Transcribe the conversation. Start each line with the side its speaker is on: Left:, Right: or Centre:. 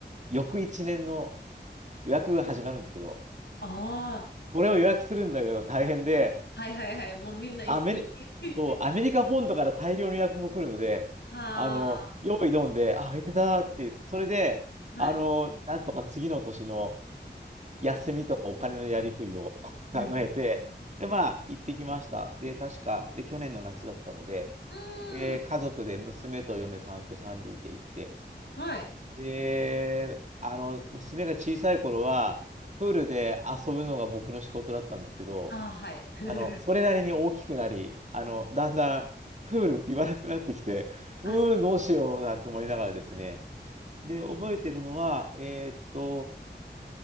Right: 翌1年の予約が始まるんですけど、
Left: ああ、
Right: これを予約するんだけど大変で、
Left: はいはいはい。もうみんな一斉に
Right: アメリ、
Left: <laughs>
Right: そう、アメリカ本土から大量の予約も来るので、
Left: はあ、
Right: あの、用意どんで、あ、空いてたって言って、それで、
Left: はい。
Right: あの、なんとか次の年の休みとかお金のやりくりを <laughs>
Left: うんうん
Right: 考えて、で、まあ、行ってきました。で、確か、で、去年の夏だったので、
Left: うんうん。
Right: で、
Left: うーん。
Right: 家族で娘と嫁さんと3人で行って、
Left: はい。
Right: で、あの、娘が小さい頃は、プールで遊ぶのが僕の仕事だったんですけど、
Left: ああ、はい。<laughs>
Right: あの、それなりに大きくなり、あの、だんだんプールって言わなくなってきて、<laughs>
Left: あ、
Right: うーん、
Left: そう。
Right: どうしようなんて思いながらですね。で、覚えてるのは、えーっと、